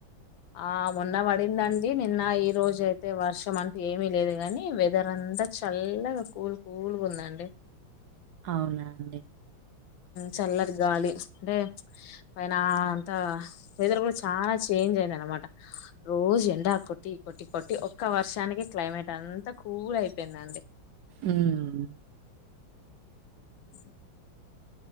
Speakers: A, on the left; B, on the right.
A: ఆ ఉన్న పడిందండి నిన్న ఈ రోజు అయితే వర్షం అంట ఏమి లేదు కాగాని వెదర్ అంతా చల్లగా కూల్ కూల్గా ఉందండి
B: అవునా అండి
A: చల్లరి గాలి అంటే పైన అంతా వెదర్ కూడా చాలా చేంజ్ అయింది అనమాట రోజు ఎండా కొట్టి కొట్టి కొట్టి ఒక్క వర్షానిక క్లైమేట్ అంతా కూల్ అయిపోయిందండి
B: ఉహ్
A: మ్మ్